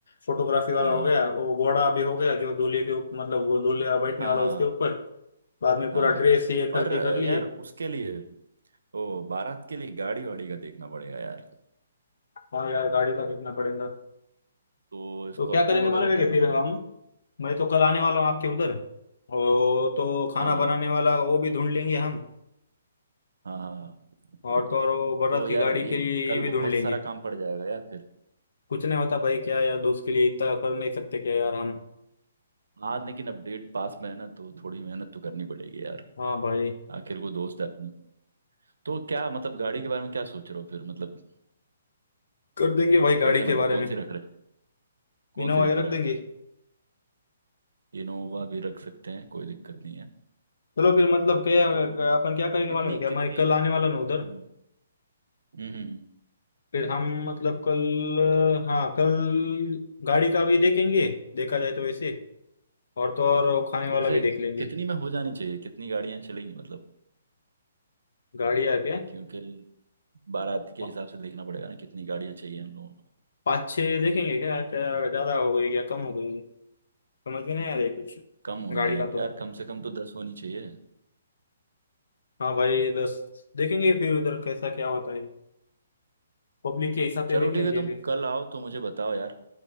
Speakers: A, on the left; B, on the right.
A: फोटोग्राफी वाला
B: हाँ
A: हो गया वो घोड़ा भी हो गया जो दूल्हे के ऊप- मतलब वो दूल्हे बैठने
B: हाँ
A: वाला
B: हाँ
A: उसके ऊपर बाद में पूरा
B: हाँ
A: ड्रेस ये खरीदी
B: और अ,
A: कर लिए
B: यार उसके लिए ओ बारात के लिए गाड़ी वाड़ी का देखना पड़ेगा यार
A: हाँ यार गाड़ी का देखना पड़ेगा
B: तो
A: तो
B: स्कॉर्पियो
A: क्या करेंगे
B: वगैरह
A: मालूम है कि
B: करना
A: फिर
B: पड़ेगा
A: हम मैं तो कल आने वाला हूँ आपके उधर और तो खाना
B: हाँ हाँ
A: बनाने वाला वो भी ढूंढ लेंगे हम
B: हाँ हाँ हाँ
A: और तो और वो बारात
B: तो
A: की
B: यार
A: गाड़ी
B: ये
A: के लिए
B: कल
A: ये भी ढूंढ
B: बहुत
A: लेंगे
B: सारा काम पड़ जाएगा यार फिर
A: कुछ नहीं होता भाई क्या यार दोस्त के लिए इतना कर नहीं सकते क्या यार हम
B: हाँ लेकिन अब डेट पास में है ना तो थोड़ी मेहनत तो करनी पड़ेगी यार
A: हाँ भाई
B: आखिर को दोस्त है अपना तो क्या मतलब गाड़ी के बारे में क्या सोच रहे हो फिर मतलब
A: कर देंगे भाई गाड़ी
B: कैसे
A: के
B: मतलब
A: बारे
B: कौन
A: में
B: सी रख रहे हैं कौन
A: इनोवा
B: सी
A: ही
B: रख रहे
A: रख देंगे
B: हैं फिर इनोवा भी रख सकते हैं कोई दिक्कत नहीं है अ,
A: चलो फिर मतलब क्या
B: तो
A: अपन क्या करेंगे
B: कितनी
A: मालूम है क्या
B: कितनी
A: मैं कल आने वाला ना उधर
B: हम्म। हम्म
A: फिर हम मतलब कल हाँ कल गाड़ी का भी देखेंगे देखा जाए तो वैसे और तो और वो खाने
B: तो
A: वाला
B: वैसे
A: भी देख लेंगे
B: कितनी में हो जानी चाहिए कितनी गाड़ियां चलेंगी मतलब
A: गाड़ियाँ क्या
B: क्योंकि बारात के
A: पा-
B: हिसाब से देखना पड़ेगा ना कितनी गाड़ियां चाहिए हम लोगों को
A: पाँच छः देखेंगे क्या क्या ज़्यादा हो गई क्या कम हो गई समझ में नहीं आ रही कुछ
B: कम हो
A: गाड़ी
B: जाएंगी
A: का तो
B: यार कम से कम तो दस होनी चाहिए
A: हाँ भाई दस देखेंगे फिर उधर कैसा क्या होता है पब्लिक के हिसाब
B: चलो
A: से देख
B: ठीक
A: लेंगे
B: है तुम
A: फिर
B: कल आओ तो मुझे बताओ यार अ,